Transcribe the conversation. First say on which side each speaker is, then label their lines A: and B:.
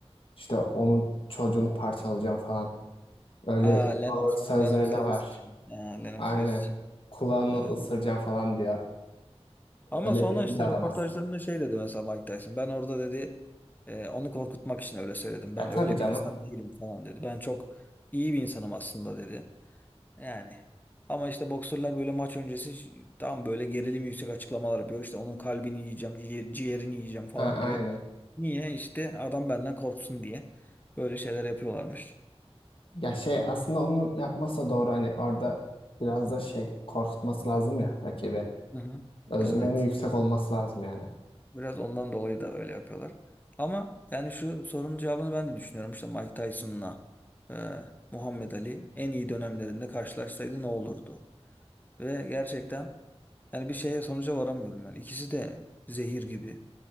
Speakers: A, on the left (about 55°); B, on the left (about 15°).
A: işte onun çocuğunu parçalayacağım falan öyle
B: Aa, Lennox,
A: ağır sözleri
B: Lennox
A: de
B: Lewis
A: var.
B: için. Aa, Lennox
A: Aynen
B: Lewis için.
A: kulağını
B: Evet.
A: ısıracağım falan diyor.
B: Ama
A: Öyle
B: sonra
A: deli
B: işte
A: bir adam
B: röportajlarında
A: aslında.
B: şey dedi mesela Mike Tyson. Ben orada dedi e, onu korkutmak için öyle söyledim. Ben
A: Ya tabii
B: öyle
A: canım.
B: bir insan değilim falan dedi. Ben çok iyi bir insanım aslında dedi. Yani ama işte boksörler böyle maç öncesi ş- tam böyle gerilim yüksek açıklamalar yapıyor. İşte onun kalbini yiyeceğim, ciğer- ciğerini yiyeceğim falan
A: Ha aynı.
B: diyor. Niye? İşte adam benden korksun diye böyle şeyler yapıyorlarmış.
A: Ya şey aslında onu yapmasa doğru hani orada biraz da şey korkutması lazım ya rakibi.
B: Hı hı.
A: Özgüveni
B: Evet.
A: yüksek olması lazım yani.
B: Biraz ondan dolayı da öyle yapıyorlar. Ama yani şu sorunun cevabını ben de düşünüyorum. İşte Mike Tyson'la e, Muhammed Ali en iyi dönemlerinde karşılaşsaydı ne olurdu? Ve gerçekten yani bir şeye sonuca varamıyorum ben. İkisi de zehir gibi.